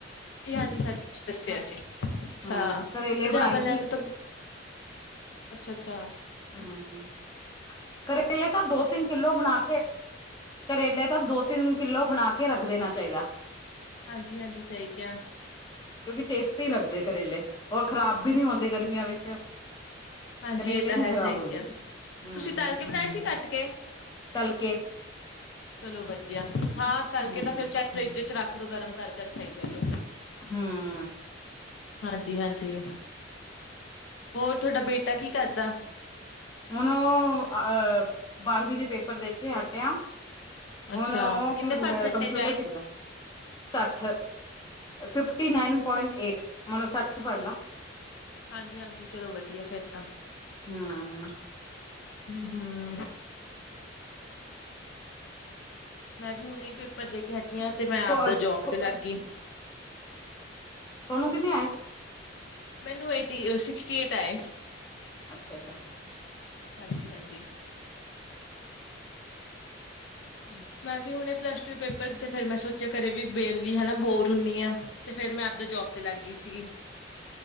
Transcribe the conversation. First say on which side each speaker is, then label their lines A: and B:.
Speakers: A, on the left; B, on the left.
A: ਜੀ, ਹਾਂਜੀ, ਸੱਚ ਤੁਸੀ ਦੱਸਿਆ ਸੀ, ਅੱਛਾ,
B: ਹੂੰ ਕਰੇਲੇ
A: ਪੰਜਾਬ
B: ਬਣਾਈ
A: ਵਾਲਿਆਂ
B: ਸੀ
A: ਨੂੰ ਤਾ ਅੱਛਾ-ਅੱਛਾ।
B: ਹੂੰ ਕਰੇਲੇ ਤਾਂ ਦੋ ਤਿੰਨ ਕਿੱਲੋ ਬਨਾ ਕੇ ਕਰੇਲੇ ਤਾਂ ਦੋ ਤਿੰਨ ਕਿੱਲੋ ਬਨਾ ਕੇ ਰੱਖ ਦੇਨਾ ਚਾਈਦਾ।
A: ਹਾਂਜੀ-ਹਾਂਜੀ ਸਈ ਕਿਆ।
B: ਕਿਓਂਕਿ ਟੇਸਟੀ ਲੱਗਦੇ ਆ ਕਰੇਲੇ ਔਰ ਖਰਾਬ ਵੀ ਨੀ ਹੁੰਦੇ ਗਰਮੀਆਂ ਵਿੱਚ।
A: ਹਾਂਜੀ
B: ਕਰੇਲੇ
A: ਇਹ ਤਾਂ
B: ਨੀ
A: ਹੈ
B: ਖ਼ਰਾਬ
A: ਸਹੀ
B: ਹੁੰਦੇ
A: ਕਿਹਾ
B: ਹੂੰ,
A: ਤੁਸੀਂ ਤਲ ਕੇ ਬਣਾਏ ਸੀ ਕੱਟ ਕੇ
B: ਤਲਕੇ
A: ਚਲੋ ਵਦੀਆ ਹਾਂ ਤਲਕੇ
B: ਹੂੰ
A: ਤਾਂ ਫੇਰ ਚਾਏ ਫਰਿੱਜ ਚ ਰੱਖ ਦੋ ਗਰਮ ਕਰ-ਕਰ ਖਾਈ ਚਲੋ।
B: ਹੂੰ।
A: ਹਾਂਜੀ-ਹਾਂਜੀ। ਹੋਰ ਥੋਡਾ ਬੇਟਾ ਕੀ ਕਰਦਾ।
B: ਹੁਨ ਓ ਅ ਬਾਰਵੀਂ ਦੇ ਪੇਪਰ ਦੇ ਕੇ ਹੱਟੇਆ।
A: ਅੱਛਾ,
B: ਹੁਨ ਓ
A: ਕਿੰਨੇ ਪਰਸੈਂਟੇਜ
B: ਕੰਪਿਊਟਰ
A: ਆਏ?
B: ਸਿੱਖਦਾ। ਸੱਠ ਫਿਫਟੀ ਨਾਈਨ ਪੋਇੰਟ ਏਟ ਮਤਲਬ ਸੱਠ ਈ ਫੜਲਾ।
A: ਹਾਂਜੀ-ਹਾਂਜੀ ਚਲੋ ਵਦੀਆ ਫੇਰ ਤਾਂ।
B: ਹੂੰ।
A: ਹੂੰ-ਹੂੰ, ਮੈਂ ਵੀ ਹੁਨੇ ਪੇਪਰ ਦੇ ਕੇ ਹਟੀ ਆਂ ਤੇ ਮੈਂ
B: ਤੁਹਾਨੂੰ
A: ਆਪਦਾ ਜੋਬ ਤੇ ਲਾਗੀ।
B: ਥੋਨੂੰ ਕਿੰਨੇ ਆਏ?
A: ਮੈਨੂੰ ਏਟੀ ਸਿਕਸਟੀ ਏਟ ਆਏ।
B: ਅੱਛਾ-ਅੱਛਾ।
A: ਹਾਂਜੀ-ਹਾਂਜੀ।
B: ਹੂੰ।
A: ਮੈਂ ਵੀ ਹੁਨੇ ਪਲੱਸ ਟੂ ਦੇ ਪੇਪਰ ਦਿੱਤੇ ਫੇਰ ਮੈਂ ਸੋਚੇਆ ਘਰੇ ਵੀ ਵੇਲੀ ਹਨਾ ਬੋਰ ਹੁੰਨੀ ਆਂ ਤੇ ਫੇਰ ਮੈਂ ਆਪਦਾ ਜੋਬ ਤੇ ਲਾਗੀ ਸੀਗੀ।